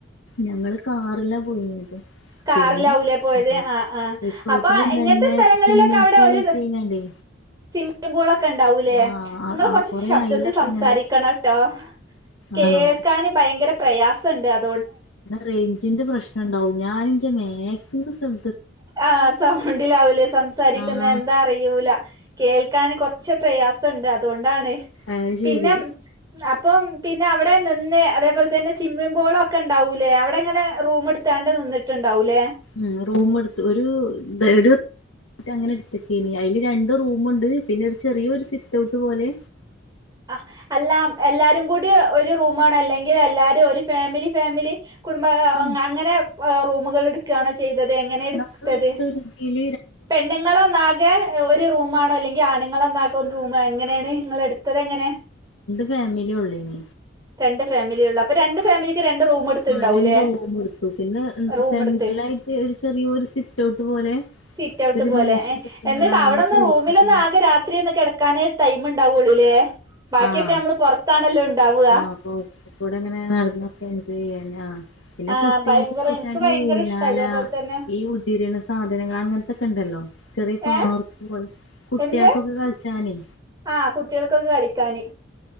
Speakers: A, on the left; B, on the right.
A: ഞങ്ങള് കാറിലാ പോയിന്നത്
B: കാറിലാവൂലേ
A: പിന്നെ
B: പോയത്
A: ആ
B: ആഹ് ആഹ്
A: റിസോർട്ടിലും
B: അപ്പൊ എങ്ങൻത്തെ
A: തന്നെ
B: സ്ഥലങ്ങളിലൊക്കെ
A: സ്വിമ്മിംഗ്
B: അവിടെ
A: പൂളൊക്കെ
B: ഒരു
A: ആയിങ്ങാണ്ടേ
B: സിമ്മിപൂളൊക്കെ ട്ട ഉണ്ടാവൂലേ
A: ആഹ്
B: നിങ്ങ
A: ആ
B: കൊറച്ച്
A: കൊറേ
B: ശബ്ദത്തിൽ
A: അയിലൊക്കെ
B: സംസാരിക്കണം
A: അങ്ങനെ
B: ട്ടോ കേ
A: ആണോ
B: ഭയങ്കര പ്രയാസംണ്ട് അത്‌
A: റേഞ്ചിന്റെ പ്രശ്നം ഉണ്ടാവും ഞാ ഞാൻ എന്റെ മാക്സിമം സം
B: ആ സൗണ്ടിലാവൂലേ സംസാരിക്കുന്നേ
A: ആഹ്
B: എന്താ അറിയൂല കേൾ ക്കാൻ കൊർച്ച് പ്രയാസണ്ട് അതുകൊണ്ടാണ്
A: അത് ശരി
B: പിന്നം അ ഇപ്പം പിന്നെ അവിടെ നിന്ന് അതേപോലെ തന്നെ സ്വിമ്മിംഗ് പൂള് ഒക്കെ ഉണ്ടാവൂലേ അവിടെ ഇങ്ങനെ റൂം എടുത്താണ്ട് നിന്നിട്ടുണ്ടാവൂലേ
A: ഉം റൂം എടുത്ത് ഒരു തെരൂ അങ്ങനെ എടുത്തൊക്ക അയില് രണ്ട് റൂമുണ്ട് പിന്നെ ഒരു ചെറിയൊ ഒരു സിറ്റ് ഔട്ട് പോലെ
B: ആ എല്ലാം എല്ലാരും കൂടി ഒരു റൂമണ് അല്ലെങ്കിൽ എല്ലാരും ഒരു ഫാമിലി ഫാമിലി കുടുംബ
A: ആ,
B: അങ്ങനെ റൂമുകൾ എടുക്കയാണ് ചെയ്തത് എങ്ങനെ എടുത്തത്
A: നാടുവിട്ടൊരു ഇതിൽ
B: പെണ്ണുങ്ങളൊന്നാകെ ഒരു റൂമാണോ അല്ലെങ്കിൽ ആണ്ണുങ്ങൾ ഒന്ന റും എങ്ങനെയാണ് നിങ്ങള് എടുത്തത് എങ്ങനെ
A: ഫാമിലി ഉള്ളിന
B: രണ്ട് ഫാമിലിള്ള അപ്പൊ രണ്ട് ഫാമിലിക്ക് രണ്ട് റൂമ എടുത്ത്ണ്ടാവൂല്ലേ
A: ആ രണ്ട് റൂം എടുത്തു പിന്നെ
B: റൂമ
A: സെൻട്രലായിട്ട്
B: എടുത്ത്
A: ഒരു ചെറിയൊരു സിറ്റ് ഔട്ട് പോലെ
B: സിറ്റ് ഔട്ട്
A: ഒരു
B: പോലെ
A: മേശക്കെങ്ങണ
B: എന്നിട്ട് അവിടെന്ന്
A: നമ്മുക്ക് ഇരിക്കങ്ങനെ
B: റൂമിലൊന്ന് ആകെ രാത്രി ഒന്ന് കിടക്കൻ ടൈമ ഉണ്ടാവുള്ളൂല്ലേ ബാക്കിയൊക്കെ
A: ആഹ്
B: നമ്മള് പുറത്താണല്ലോ ഉ താവു
A: ആഹ് അപ്പൊ കൂടെ അങ്ങനെ നടന്നൊക്കെ എൻജോയ് ചെയ്യല്ലേ പിന്നെ
B: ആഹ്
A: കുട്ടികൾക്ക്
B: ഭയങ്കര
A: കളിച്ചൻ
B: എനിക്ക് ഭയങ്കര
A: ഈ ഊഞ്ഞാല
B: ഇഷ്ട അതേപോലെ തന്നെ
A: ഈ ഉദിരണ സാധനങ്ങൾ അങ്ങനത്തൊക്കെ ഉണ്ടല്ലോ ചെറിയ
B: ഏ
A: പാർക്ക് പോലത്തെ കുട്ടികക്കൊക്കെ
B: എന്ത്
A: കളിച്ച ഇടനെ
B: ആ കുട്ടികൾക്കൊക്കെ കളിക്കാന്